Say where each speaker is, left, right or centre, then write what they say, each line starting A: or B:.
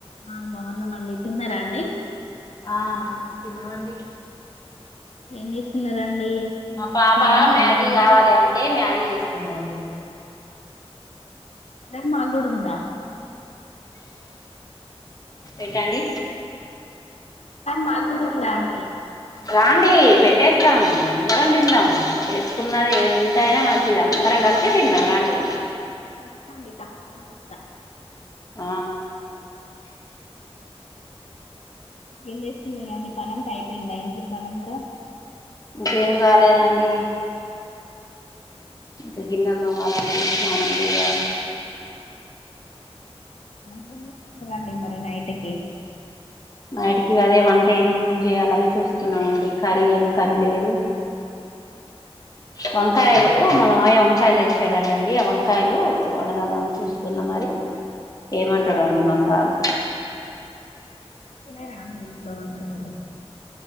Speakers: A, on the left (about 90°); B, on the left (about 35°).
A: ఆ బాగున్నామండి తిన్నారా అండి
B: ఆ తిన్నామండి
A: ఏం చేస్తున్నారండి.
B: మా పాప
A: పనంతా
B: మ్యాగీ
A: అయిపోయిందా
B: కావాలి అంటే మ్యాగీ చేస్తున్నామండి.
A: మాగడుందా.
B: ఏంటండి
A: మాకుడుందా అండి
B: రండి పెట్టేస్తాం అందరం తిందాం. చేసుకున్నది ఎంతైనా మంచిది అందరం కలిసి తిందాం రండి.
A: <unintelligible> <unintelligible>
B: ఆ
A: ఏం చేస్తున్నారా అండి పనంతా అయిపోయిందా, ఇంట్లో పనంతా.
B: ఇంకేం కాలేదండి. ఇంకా గిన్నెలు తోమలండి. స్నానం చేయాలి
A: అంటేం చేస్తున్నదండి మరి నైట్కి
B: నైటికి అదే వంట ఏం చేయాలని చూస్తున్నామండి. కర్రీ ఏం కరీ లేదు. వంకాయలు మా మావయ వంకాయలు తెచ్చాడటండి ఆ వంకాయలు వండదామ అని చూస్తున్నా మరి ఏమంటాడు అండి మా సారు.
A: తినరా అండి ఇంట్లో వంకాయలు